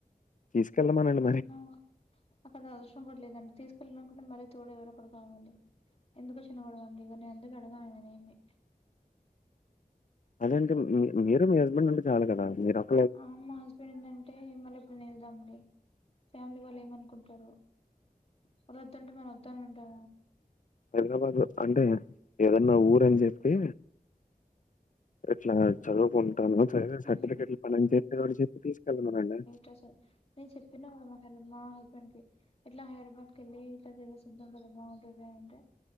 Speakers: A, on the left; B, on the left.
A: తీస్కెళ్ళమనండి
B: నో అక్కడ అవసరం కూడా లేదండి, తీసుకెళ్ళాలనుకుంటే మళ్ళీ తోడు ఎవరు ఒకరు కావలాండి. ఎందుకొచ్చిన గొడవ అండి, ఇగా నేన్ అందుకే అడగాను ఏమి.
A: అదేంటి మీ మీరు మీ హస్బెండ్ అంటే చాలు గదా, మీర్ ఒక్
B: ఆమ్ మా హస్బెండ్ ఏంటంటే మళ్ళీ ఎప్పుడన్నా ఎళ్దాంలే, ఫ్యామిలీ వాళ్ళు ఏమనుకుంటారో వాళ్ళు వద్దుంటే మనం వద్దునే అంటంగా
A: హైదరాబాద్లో అంటే ఏదన్నా ఊరని జెప్పి ఇట్లా చదువుకుంటాను చదివిన
B: దాంట్లో
A: సర్టిఫికెట్లు పని అని జెప్పి, చెప్పి తీసుకెళ్ళమానండి.
B: ఎస్ సర్ నేను చెప్పిన కూడా మా ఫ్రెండ్ కి మా హస్బెండ్ కి ఇట్ల హైదరాబాద్ కి వెళ్ళి ఇట్ల తెలుసుకుందాం కదా కదా బాగుంటది అంటే